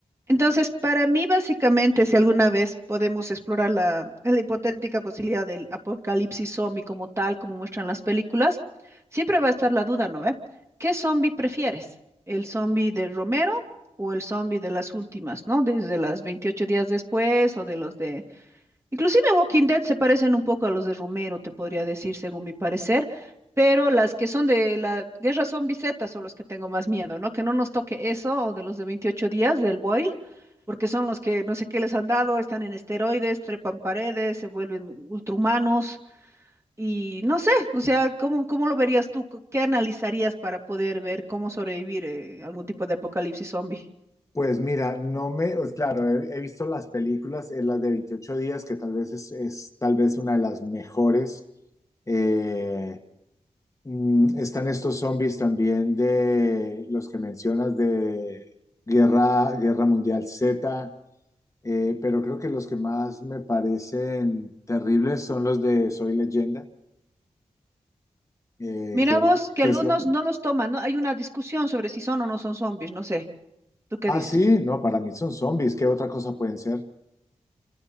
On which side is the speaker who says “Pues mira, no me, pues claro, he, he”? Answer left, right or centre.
Left